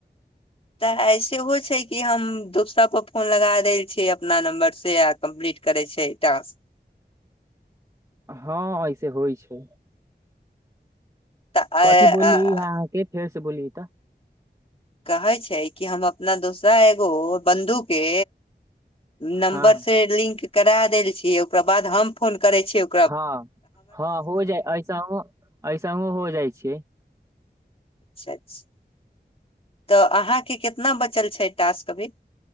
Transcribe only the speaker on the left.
तऽ एना होइ छै कि हम दोसरापर फोन लगा देने छियै अपना नम्बर सँ, आ कम्प्लीट करै छियै टास्क।
तऽ अ-
अ-
कहै छै कि हम अपना दोसर एगो बन्धुके नम्बर
से लिंक करा देल छियै ओकरा बाद हम फोन करै छियै ओ
अच्छा अच्छा तऽ अहाँके कितना बचल छै टास्क अभी